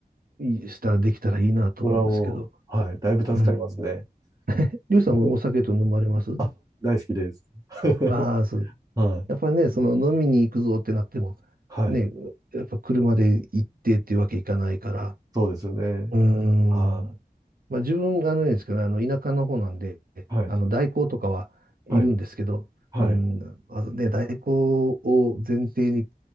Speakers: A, on the right (about 60°); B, on the right (about 20°).
A: しいしたらできたらいいなと思うんですけど。
B: それはもう、はい。だいぶ助かりますね。
A: うん。
B: <laughs>
A: リュウさんもお酒と飲まれます
B: あ、大好きです。<laughs>
A: ああそう。
B: はい。
A: やっぱりね、その飲みに行くぞってなっても、
B: はい。
A: ね、やっぱ車で行ってっていうわけいかないから。
B: そうですよね。
A: うー
B: は
A: ん。まあ自分、あのねですけどね、あの、田舎の方なんで、
B: い。はい。
A: あの、代行とかはいるんですけど、
B: はい。はい。
A: うん、まあのね、代行を前提に